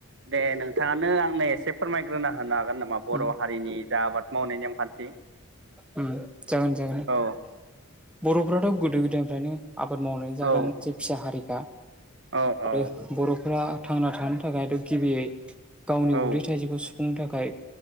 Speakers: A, on the right; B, in the centre.
A: दे नोंथाङानो आंनो एसे फोरमायग्रोना होनो हागोन नामा बर'
B: उम
A: हारिनि जा आबाद मावनाय नेमखान्थि
B: उम जागोन जागोन
A: औ
B: बर'फोराथ गोदो गोदायनिफ्रायनो आबाद मावनानै जाग्रा
A: औ
B: मोनसे फिसा हारिखा
A: औ
B: आरो
A: औ
B: बर'फोरा थांना थानो थाखायथ गिबियै गावनि
A: औ
B: उदै थाइजखौ सुफुंनो थाखाय